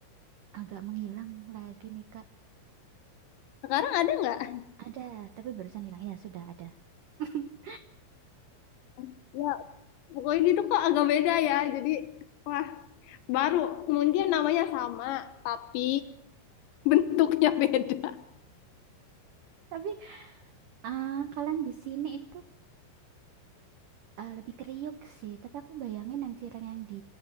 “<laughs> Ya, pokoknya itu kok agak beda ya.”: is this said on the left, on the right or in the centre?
Left